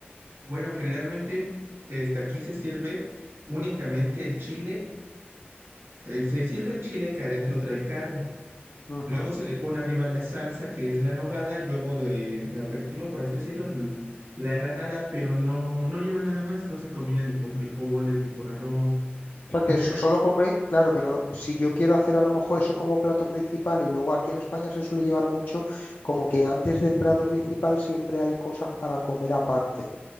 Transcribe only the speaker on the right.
Bueno, Generalmente, este, aquí se sirve únicamente el chile. eh, se sirve el chile que adentro trae carne.
Luego se le pone arriba la salsa, que es la nogada, y luego de aperitivo, por así decirlo, l- la granada, pero no, no lleva nada más, no se combina ni con frijoles, ni con arroz,
ni
nada.